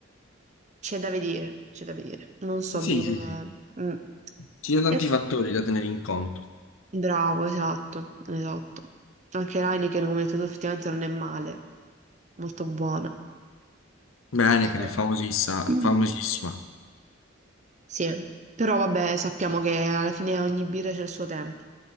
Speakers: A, on the right (about 35°); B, on the left (about 80°).
A: C'è da vedere, c'è da vedere. Non so
B: Sì,
A: bene.
B: sì, sì.
A: mm.
B: Ci sono tanti
A: E-
B: fattori da tenere in conto.
A: Bravo, esatto, esatto. Anche l'Heineken, come hai detto tu, effettivamente non è male, molto buona.
B: Bene,
A: Però-
B: che ne è famosissima,
A: Mm.
B: famosissima.
A: Sì, però vabbè, sappiamo che alla fine ogni birra c'è il suo tempo,